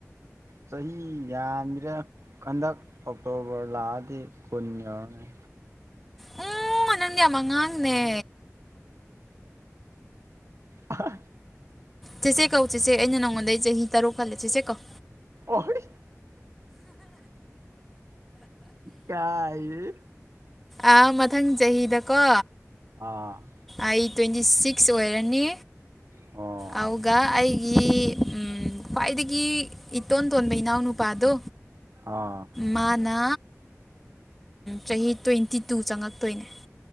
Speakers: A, on the right; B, in the centre.
A: ꯆꯍꯤ ꯌꯥꯝꯗ꯭ꯔꯥ ꯍꯟꯗꯛ ꯑꯣꯛꯇꯣꯕꯔ ꯂꯥꯛꯑꯗꯤ ꯀꯨꯟ ꯌꯧꯔꯅꯤ
B: ꯎꯝ ꯅꯅꯪꯒꯤ ꯃꯉꯥꯡꯅꯦ
A: ꯑ
B: ꯆꯦꯆꯦ ꯀꯧ ꯆꯦꯆꯦ ꯑꯩꯅ ꯅꯪꯉꯣꯟꯗꯩ ꯆꯍꯤ ꯇꯔꯨꯛ ꯈꯜꯂꯦ ꯆꯦꯆꯦ ꯀꯧ
A: ꯑꯍꯔ ꯀꯥꯏ
B: ꯑ ꯃꯊꯪ ꯆꯍꯤꯗꯀꯣ
A: ꯑꯥ
B: ꯑꯩ ꯇ꯭ꯋꯦꯟꯇꯤ ꯁꯤꯛꯁ ꯑꯣꯏꯔꯅꯤ
A: ꯑꯣ
B: ꯑꯗꯨꯒꯒ ꯑꯩꯒꯤ ꯎ ꯈ꯭ꯋꯥꯏꯗꯒꯤ ꯏꯇꯣꯟ ꯇꯣꯟꯕ ꯏꯅꯥꯎꯅꯨꯄꯥꯗꯣ
A: ꯑꯥ
B: ꯃꯥꯅ ꯆꯍꯤ ꯇ꯭ꯋꯦꯟꯇꯤ ꯇꯨ ꯆꯪꯉꯛꯇꯣꯏꯅꯦ